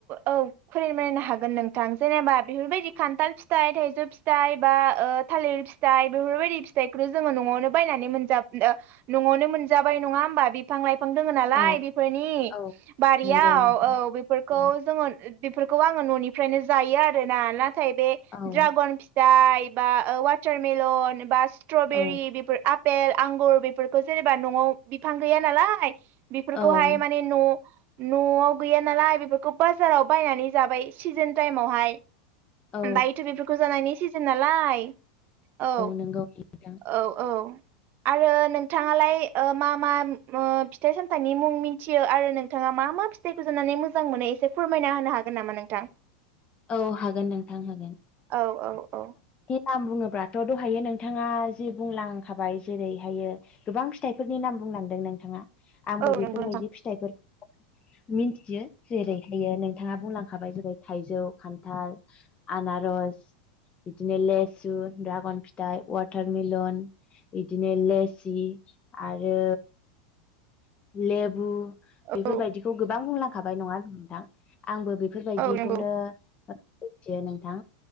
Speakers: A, on the right (about 45°); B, on the left (about 25°).
A: औ <unintelligible> हागोन नोंथां जेनेबा बेफोरबायदि खान्थाल फिथाइ थाइजौ फिथाइ बा थालिर फिथाइ बेफोरबायदि फिथखौ जोङो न'आवनो बायनानै मोन नो मोनजाबाय नङा होमबा बिफां लाइफ फां दङ नालाय
B: औ
A: बेफोरनि
B: औ
A: बारियाव
B: नंगौ नोंथां
A: औ बेफोरखौ
B: औ
A: जोङो बेफोरखौ आङो न'निफ्रायनो जायो आरो ना नाथाय बे
B: औ
A: ड्रागन फिथाइ बा वाटारमेलन बा स्ट्र
B: औ
A: बेरि बेफोर आ पेल आंगुर बेफोरखौ जेनेबा न'आव बिफां गैया नालाय बेफोरखौहाय
B: औ
A: माने न'-न'आव गैया नालाय बे फोरखौ बाजारावहाय बायनानै जाबाय सिजोन टाइमावहाय
B: औ
A: ओमफाय बेफोरखौ जानायनि सि नालाय औ
B: नंगौ नोंथां
A: औ औ आरो नोंथाङालाय मा मा फिथाइ सामथाइनि मुं मिन्थियो आरो नोंथाङा मा मा फिथाइखौजानानै मोजां मोनो एसे फोरमायना होनो हागोन नामा नोंथां
B: औ हागोन नोंथां होगोन
A: औ औ औ
B: नाम बुङोब्लाथ' दहायो नोंथाङा जे बुंलांखाबाय जेरैहायो गोबां फिथाइफोरनि नाम बुं लांदों नोंथाङा आंबो
A: औ
B: बेफोरबायदि
A: नंगौ नोंथां
B: फिथाइफोरखौ मिनथियो जेरैहायो नोंथाङा बुंलांखाबाय जेरै थाइजौ खान्थाल आनारस बिदिनो लेसु दड्रागन फिथाइ वाटारमेलन बिदिनो लेसि आरो लेबु बेफोरबायदिखौ
A: औ
B: गोबां बुंलांखाबाय नङा होमबा नोंथां आंबो बेफोरबायदिखौनो
A: औ नंगौ
B: मिथियो नोंथां